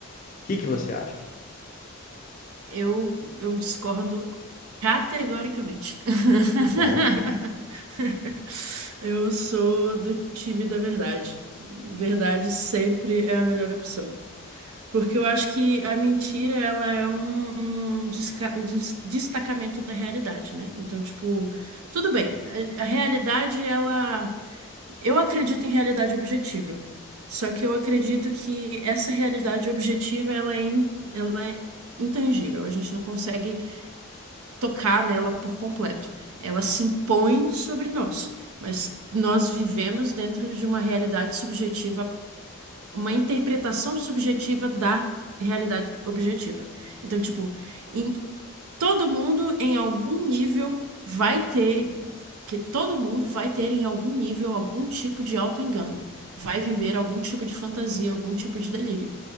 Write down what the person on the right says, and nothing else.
Eu, eu discordo categoricamente. <laughs>
Eu sou do time da verdade. Verdade sempre é a melhor opção. Porque eu acho que a mentira, ela é um, um desca- um des- destacamento da realidade, né? Então, tipo, tudo bem. A, a realidade, ela. Eu acredito em realidade objetiva. Só que eu acredito que essa realidade objetiva, ela é, in- ela é intangível. A gente não consegue tocar nela por completo. Ela se impõe sobre nós. Mas nós vivemos dentro de uma realidade subjetiva uma interpretação subjetiva da realidade objetiva. Então, tipo, em- todo mundo em algum nível vai ter, que todo mundo vai ter em algum nível algum tipo de auto-engano, vai viver algum tipo de fantasia, algum tipo de delírio.